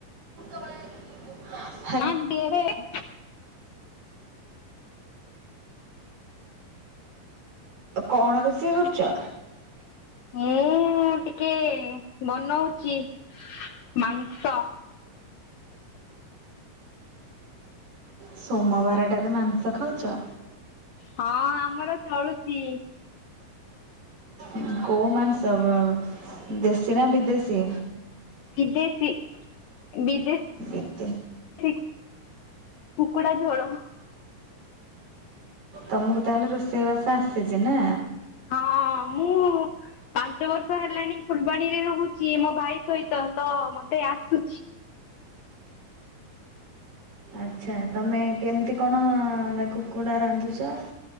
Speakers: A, on the right; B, on the left.
A: <inaudible>
B: ନାଁ ଦିଦି <inaudible>
A: କଣ ରୋଷେଇ କରୁଚ।
B: ମୁଁ ଏ ଟିକେ ବନଉଚି ମାଂସ।
A: ସୋମବାରଟା ରେ ମାଂସ ଖାଉଚ।
B: ହଁ ଆମର ଚଳୁଚି।
A: ଉଁ କୋଉ ମାଂସ ଉ ଦେଶୀ ନା ବିଦେଶୀ।
B: ବିଦେଶୀ ବିଦେ
A: ଏତେ
B: ଶୀ କୁକଡ଼ା ଝୋଳ।
A: ତମକୁ ତାହେଲେ ରୋଷେଇବାସ ଆସିଚି ନା।
B: ହଁ ମୁଁ ପାଞ୍ଚ ବର୍ଷ ହେଲାଣି ଫୁଲବାଣୀରେ ରହୁଛି ମୋ ଭାଇ ସହିତ ତ ମତେ ଆସୁଚି।
A: ଆଚ୍ଛା ତମେ କେମିତି କଣ କୁକୁଡ଼ା ରାନ୍ଧୁଛ